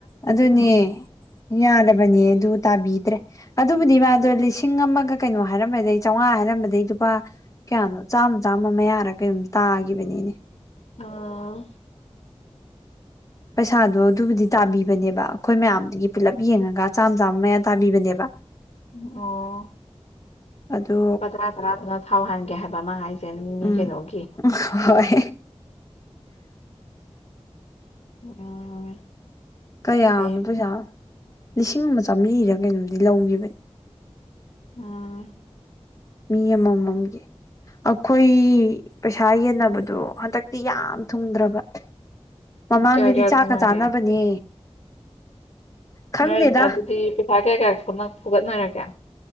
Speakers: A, on the left; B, on the left.
A: ꯑꯗꯨꯅꯦ ꯌꯥꯔꯕꯅꯦ ꯑꯗꯨ ꯇꯥꯕꯤꯗ꯭ꯔꯦ ꯑꯗꯨꯕꯨꯗꯤ ꯃꯥꯗꯣ ꯂꯤꯁꯤꯡ ꯑꯃꯒ ꯀꯩꯅꯣ ꯍꯥꯏꯔꯝꯕꯗꯒꯤ ꯆꯥꯃꯉꯥ ꯍꯥꯏꯔꯝꯕꯗꯒꯤ ꯂꯨꯄꯥ ꯀꯌꯥꯅꯣ ꯥꯆꯥꯝꯃ ꯃꯌꯥꯔ ꯀꯩꯨꯝꯝ ꯇꯥꯒꯤꯈꯤꯕꯅꯤꯅꯦ
B: ꯑꯣꯥ
A: ꯄꯩꯁꯥꯗꯣ ꯑꯗꯨꯕꯨꯗꯤ ꯇꯥꯕꯤꯕ ꯅꯦꯕ ꯑꯩꯈꯣꯏ ꯃꯌꯥꯝꯗꯨꯒꯤ ꯄꯨꯂꯞ ꯌꯦꯡꯉꯒ ꯆꯥꯝ ꯆꯥꯝꯃ ꯃꯌꯥ ꯇꯥꯕꯤꯕꯅꯦꯕ
B: ꯑꯣ
A: ꯑꯗꯨ
B: ꯂꯨꯄꯥ ꯇꯔꯥ ꯇꯔꯥꯗꯨꯅ ꯊꯥꯎ ꯍꯟꯒꯦ ꯍꯥꯏꯕ ꯑꯃ ꯍꯥꯏꯁꯦ ꯃꯤ
A: ꯎꯝ
B: ꯀꯩꯅꯣꯒꯤ
A: ꯍꯣꯏ
B: ꯎꯝ
A: ꯀꯌꯥꯅꯣ
B: ꯐꯩꯌꯦ
A: ꯄꯩꯁꯥ ꯂꯤꯁꯤꯡ ꯑꯃ ꯆꯥꯝꯃꯔꯤꯗ ꯀꯩꯅꯣꯝꯗꯤ ꯂꯧꯈꯤꯕꯅꯤ
B: ꯑꯝ
A: ꯃꯤ ꯑꯃꯃꯝꯒꯤ ꯑꯩꯈꯣꯏ ꯄꯩꯁꯥ ꯌꯦꯟꯅꯕꯗꯣ ꯍꯟꯗꯛꯇꯤ ꯌꯥꯝ ꯊꯨꯡꯗ꯭ꯔꯕ ꯃꯃꯥꯡꯗꯗꯤ
B: ꯀꯌꯥ ꯀꯌꯥ
A: ꯆꯥꯛꯀ
B: ꯁꯥꯟꯅꯒꯦ
A: ꯆꯥꯅꯕꯅꯦ ꯈꯪꯗꯦꯗ
B: ꯅꯣꯏ ꯑꯗꯨꯗꯤ ꯄꯩꯁꯥ ꯀꯌꯥ ꯀꯌꯥ ꯐꯒꯠꯅꯔꯒꯦ